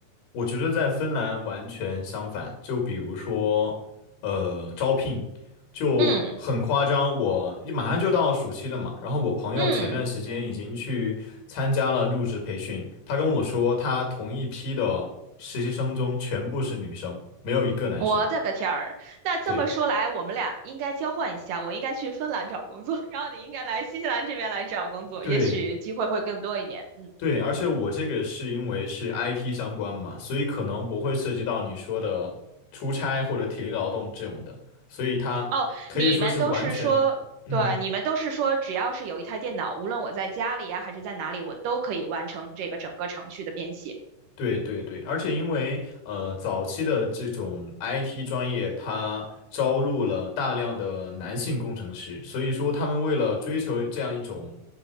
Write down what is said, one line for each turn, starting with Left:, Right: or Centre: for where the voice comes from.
Left: 我觉得在芬兰完全相反，就比如说，呃，招聘就很夸张。
Right: 嗯
Left: 我马上就到暑期了嘛，然后我朋友前段时间已经去参加了入职培训，
Right: 嗯，
Left: 他跟我说，他同一批的实习生中全部是女生，没有一个男生。
Right: 我的个天儿！那这么说来，
Left: 对
Right: 我们俩应该交换一下，我应该去芬兰找工作，<laughs> 然后你应该来新西兰这边来找工作，
Left: 对，
Right: 也许机会会更多一点。嗯。
Left: 对，而且我这个是因为是 IT 相关嘛，所以可能不会涉及到你说的出差或者体力劳动这种的，所以它可以说是完全，
Right: 哦，你们都是说，
Left: 嗯，
Right: 对，你们都是说，只要是有一台电脑，无论我在家里呀、还是在哪里，我都可以完成这个整个程序的编写
Left: 对对对，而且因为呃早期的这种 IT 专业，它招入了大量的男性工程师，所以说他们为了追求这样一种